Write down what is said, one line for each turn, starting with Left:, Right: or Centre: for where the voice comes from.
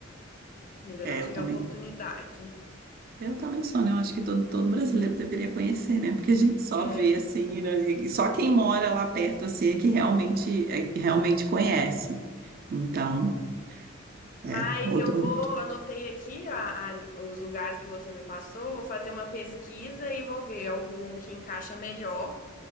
Left: ainda
Right: É,
Left: não
Right: eu
Left: tive
Right: também.
Left: a oportunidade.
Right: Eu também sou, né? Eu acho que todo, todo brasileiro deveria conhecer, né? Porque a gente só
Left: É.
Right: vê assim, né? E só quem mora lá perto assim é que realmente, é que realmente conhece. Então, é
Left: Mas
Right: outro.
Left: eu vou, anotei aqui a- a- os lugares que você me passou, vou fazer uma pesquisa e vou ver algum que encaixa melhor.